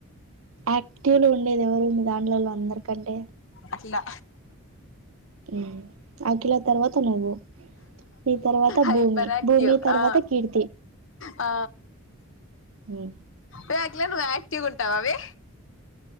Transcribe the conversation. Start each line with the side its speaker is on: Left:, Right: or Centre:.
Right: ఆక్టివ్ లో ఉండేది ఎవరు మీ దాంట్లలో అందరికంటే
Left: అఖిల
Right: మ్ ఆఖిలా తర్వాత నువ్వు నీ తర్వాత
Left: హైపర్
Right: భూమి
Left: యాక్టివ్
Right: భూమి తర్వాత
Left: ఆ
Right: కీర్తి
Left: ఆ
Right: ఉ
Left: ఎ అఖిల నువ్ ఆక్టివ్ ఉంటావావే